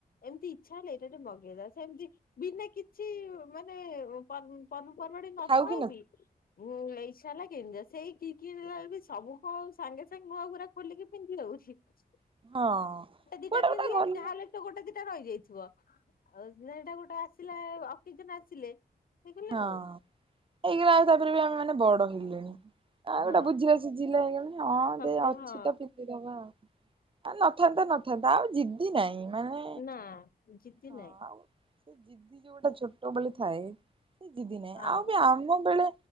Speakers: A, on the left (about 65°); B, on the right (about 35°).
A: ଏମିତି ଇଛା ହେଲେ ଏଇଟା ଟେ ମଗେଇଦବା ସେମିତି ବିନା କିଛି ମାନେ ପର୍ବ ପର୍ବପର୍ବାଣୀ ନଥାଉ
B: ଥାଉ କି
A: ବି ମୁଁ <unintelligible> ସାଲା କେମିତିକା ସେଇ କି କିଣିଲା ବେଳକୁ ସବୁ କ ସାଙ୍ଗେ ସାଙ୍ଗେ ମୁହଁଗୁରା ଖୋଲିକି ପିନ୍ଧି ହଉଛି। <inaudible>
B: ହଁ।
A: ଦିଟା
B: କୁଆଡେ
A: ପିନ୍ଧିଲେ
B: ଗୋଟେ ଗଲା
A: ଯହାହେଲେ ତ ଗୋଟେ ଦିଟା ରହିଯାଇଥିବ ଆଉ ସେଇଟା ଗୋଟେ ଆସି ଲେ ଅକେଜନ ଆସିଲେ ହେଇଗଲା
B: ହଁ
A: ଆଉ।
B: ହେଇଗଲା ଆଉ ତାପରେ ବି ଆମେ ମାନେ ବଡ ହେଇଲେଣି ଆ
A: ହଁ
B: ଗୋଟେ ବୁଝିଲା ସୁୁଝିଲା ହେଇଗଲେଣି ହଁ
A: ଶକ୍ତି
B: ଦେ ଅଛି
A: ହଁ
B: ତ ପିନ୍ଧିଦବା ଆଉ। ନଥାନ୍ତା ନଥାନ୍ତା ଆଉ ଜିଦି ନାହିଁ ମାନେ
A: ନା ଜିଦି
B: ହଁ
A: ନାହିଁ।
B: ଆଉ ସେ ଜିଦି ଯୋଉଟା ଛୋଟ ବଳେ ଥାଏ ସେ ଜିଦି ନାହିଁ
A: ହଁ
B: ଆଉ ବି ଆମ ବେଳେ